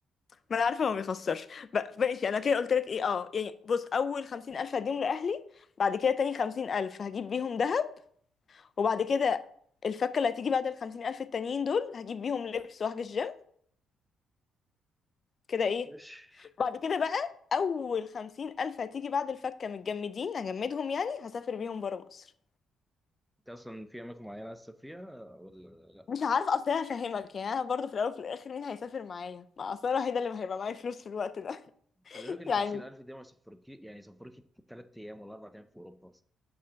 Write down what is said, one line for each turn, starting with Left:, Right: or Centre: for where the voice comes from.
Left: ما انا عارفه ما بيخسرش ب- ماشي انا كده قلت لك ايه اه يعني بص اول خمسين الف هديهم لاهلي بعد كده تاني خمسين الف هجيب بيهم دهب وبعد كده الفكه اللي هتيجي بعد الخمسين الف التانيين دول هجيب بيهم لبس واحجز جيم كده ايه
Centre: ماشي
Left: بعد كده بقى اول خمسين الف هتيجي بعد الفكه متجمدين هجمدهم يعني هسافر بيهم برا مصر
Centre: انت اصلا في اماكن معينه عايز تسافريها ولا لا؟
Left: مش عارفه اصل أنا هفهمك يعني انا برضه في الاول وفي الاخر مين هيسافر معايا ما اصل أنا الوحيده اللي هيبقى معايا فلوس في الوقت ده
Centre: خلي
Left: <laughs>
Centre: بالك ان
Left: يعني
Centre: 50000 دي ما يسافركي يعني يسافركي ثلاث ايام ولا اربع ايام في اوروبا